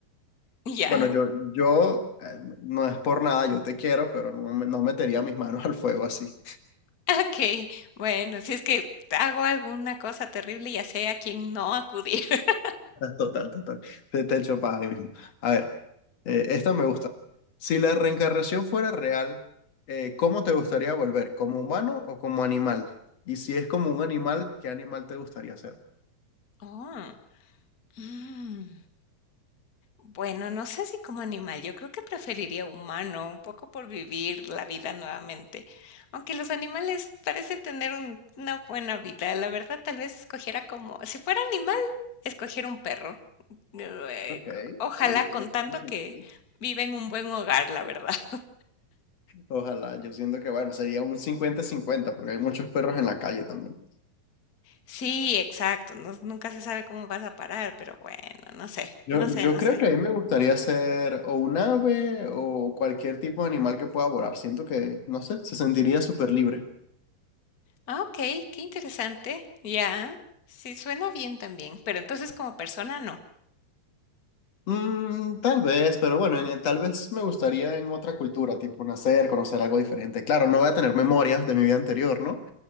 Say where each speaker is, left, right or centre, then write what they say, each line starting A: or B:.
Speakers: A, on the left; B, on the left.
A: ya.
B: Bueno, yo, yo eh, no es por nada, yo te quiero, pero no me- no metería mis manos al fuego así.
A: Ok, bueno, si es que hago alguna cosa terrible, ya sé a quién no acudir. <laughs>
B: Total, total. Te, te echo paja ahí mismo. A ver, eh, esta me gusta. Si la reencarnación fuera real, eh, ¿cómo te gustaría volver? ¿Como humano o como animal? Y si es como un animal, ¿qué animal te gustaría ser?
A: Oh, mm. Bueno, no sé si como animal, yo creo que preferiría humano, un poco por vivir la vida nuevamente. Aunque los animales parece tener un- una buena vida, la verdad tal vez escogiera como, si fuera animal, escogiera un perro. Eh,
B: Ok,
A: co- Ojalá
B: sí, tiene,
A: contando
B: tiene sentido.
A: que vive en un buen hogar, la verdad. <laughs>
B: Ojalá, yo siento que, bueno, sería un cincuenta-cincuenta porque hay muchos perros en la calle también.
A: Sí, exacto, no- nunca se sabe cómo vas a parar, pero bueno, no sé,
B: Yo,
A: no sé,
B: yo
A: no
B: creo
A: sé.
B: que a mí me gustaría ser o un ave o cualquier tipo de animal que pueda volar. Siento que, no sé, se sentiría súper libre.
A: Ah, Ok, qué interesante, ya, sí, suena bien también, pero entonces como persona no.
B: Mm, tal vez, pero bueno, en- en- tal vez me gustaría en otra cultura, tipo nacer, conocer algo diferente. Claro, no voy a tener memorias de mi vida anterior, ¿no?